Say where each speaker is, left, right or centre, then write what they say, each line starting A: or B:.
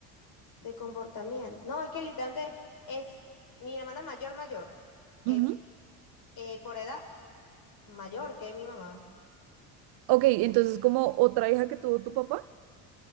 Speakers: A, on the left; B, on the right.
A: De comportamiento. No, es que literalmente es mi hermana mayor mayor. Es
B: Ujú.
A: eh, por edad mayor que mi mamá.
B: Ok, entonces como otra hija que tuvo tu papá.